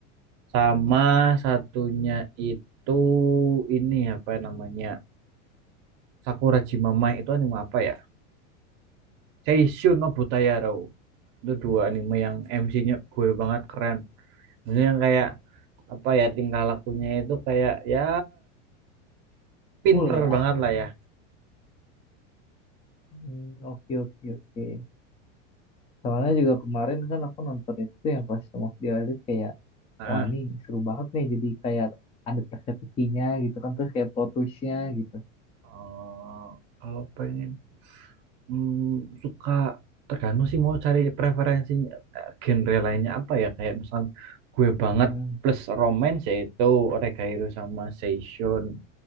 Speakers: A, on the right; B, on the left.
A: Sama satunya itu ini apa namanya? Sakura Jimamai itu anime apa ya? Seishun no Butayaro. Itu dua anime yang MC-nya gue banget keren. Maksudnya yang kayak apa ya tingkah lakunya itu kayak ya
B: <laughs>
A: pinter
B: cool ya
A: banget lah ya.
B: Hmm, oke oke oke. Soalnya juga kemarin kan aku nonton itu yang kelas Some of the Elite kayak
A: Nah,
B: wah ini seru banget nih jadi kayak ada teka-tekinya gitu kan terus kayak plot twist-nya gitu.
A: eh, kalau pengen Hmm, suka tergantung sih mau cari preferensinya eh, genre lainnya apa ya kayak misalkan gue banget
B: Hmm.
A: plus romance yaitu Oregairo sama Seishun